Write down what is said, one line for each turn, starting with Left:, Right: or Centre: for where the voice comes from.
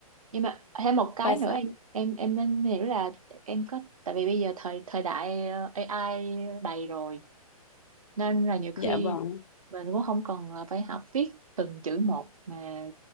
Right: nhưng mà thêm một cái
Left: ba
Right: nữa
Left: sa-
Right: em em em nên hiểu là em có tại vì bây giờ thời thời đại ờ, AI đầy rồi nên là nhiều khi
Left: dạ vâng
Right: mình cũng không cần là phải học viết từng chữ một mà